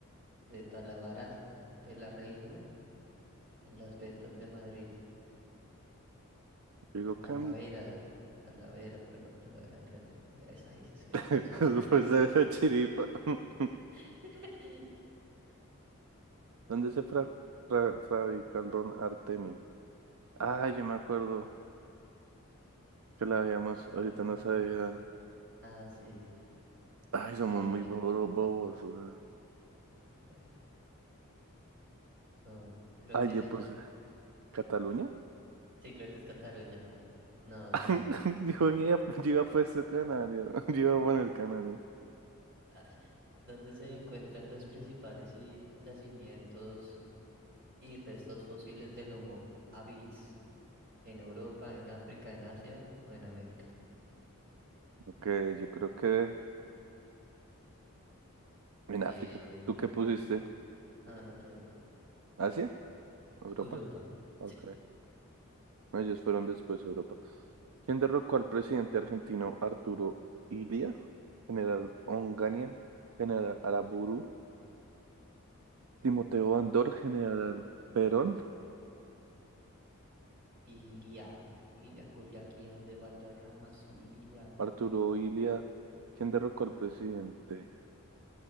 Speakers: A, on the right (about 50°); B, on the right (about 75°).
A: de Talavera de la Reina, en las ventas de Madrid,
B: digo
A: la Talavera,
B: que
A: Talavera, perdón, Talavera de Reina. Vea, Esa ahí, sí, ve,
B: <laughs>
A: yo sabía.
B: pues de la chiripa. <laughs>
A: <laughs>
B: ¿Dónde se fra- fra- fabrica el ron Artemi? Ah, yo me acuerdo que la habíamos,
A: Ronald
B: ahorita no
A: Termi.
B: sabía.
A: Ah, sí.
B: Ay, somos
A: En
B: muy bobos, bobos, weón.
A: Andalucía. No, creo
B: Ay,
A: que
B: yo
A: es en.
B: puse Cataluña.
A: Sí, creo que es Cataluña, pa. No,
B: <laughs>
A: Canarias.
B: Yo iba, yo iba a puesto Canarias. <laughs> Yo iba a poner Canarias.
A: Ah, ¿Dónde se encuentran los principales y- yacimientos y restos fósiles del Homo habilis? ¿En Europa, en África, en Asia o en América?
B: Ok, yo creo que en
A: Bien.
B: África. ¿Tú qué pusiste?
A: No, no te digo.
B: ¿Asia? ¿Europa?
A: Europa.
B: Ok.
A: Sí.
B: No, ellos fueron después Europa. ¿Quién derrocó al presidente argentino Arturo Illia? General Onganía, General Araburu, Timoteo Andor, General Perón,
A: Ilia. Ilia Culiacán de Valderrama, Ilia.
B: Arturo Illia. ¿Quién derrocó al presidente?